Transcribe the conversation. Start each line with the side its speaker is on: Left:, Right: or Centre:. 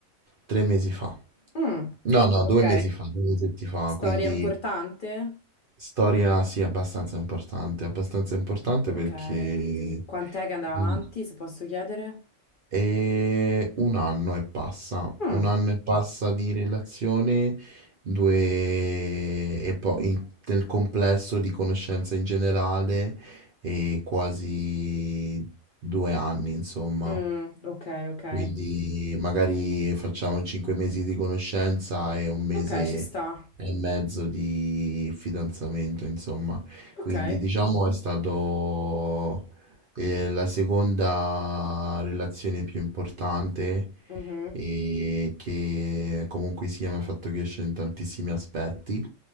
Right: tre mesi fa.
Left: Mm.
Right: No, no,
Left: Ok,
Right: due mesi fa, due mesi fa,
Left: storia
Right: quindi
Left: importante?
Right: storia sì, abbastanza importante, abbastanza importante
Left: Ok.
Right: perché
Left: Quant'è che andava
Right: mm,
Left: avanti, se posso chiedere?
Right: e un anno e passa,
Left: Mm.
Right: un anno e passa di relazione, due e poi in- nel complesso di conoscenza in generale e quasi due anni, insomma.
Left: Mm. Ok, ok.
Right: Quindi magari facciamo 5 mesi di conoscenza e un mese
Left: Ok, ci sta.
Right: e mezzo di fidanzamento, insomma.
Left: Ok.
Right: Quindi diciamo è stato eh, la seconda relazione più importante
Left: Mhm.
Right: e che comunque sia mi ha fatto crescere in tantissimi aspetti.